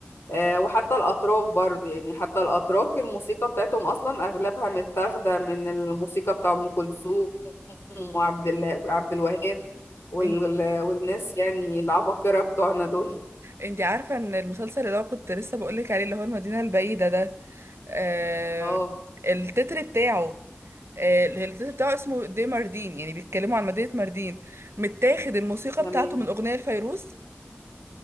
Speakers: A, on the left (about 75°); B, on the right (about 75°).
A: آه، وحتى الأتراك برضه يعني حتى الأتراك الموسيقى بتاعتهم أصلا أغلبها متاخدة من الموسيقى بتاع أم كلثوم وعبد اله- عبد الوهاب وال...
B: انت
A: والناس يعني العباقرة بتوعنا دول
B: انت عارفه ان المسلسل اللي هو كنت لسه بقول لك عليه اللي هو المدينه البعيده ده آه
A: اه
B: التتر بتاعه آه التتر بتاعه اسمه دي ماردين يعني بيتكلموا عن مدينه ماردين متاخد الموسيقى
A: تمام
B: بتاعته من اغنيه لفيروز